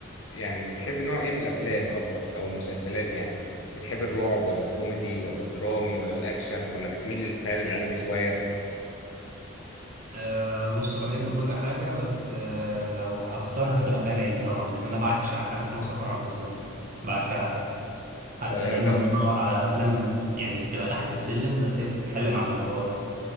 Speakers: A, on the left; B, on the right.
A: يعني بتحب نوع ايه من الافلام اكتر او المسلسلات يعني بتحب الرعب ولا الكوميدي ولا الدرامي ولا الاكشن ولا بتميل للخيال العلمي شوية
B: أه بص بحب كل حاجة بس أه لو هختار هتبقى خيال علمي طبعا لأن أنا بعشق حاجة اسمها سفر عبر الزمن بعشقها حتى
A: طيب يعني
B: دايما
A: انت
B: بدور على أفلام يعني بتبقى تحت السلم بس هي بتتكلم عن الموضوع ده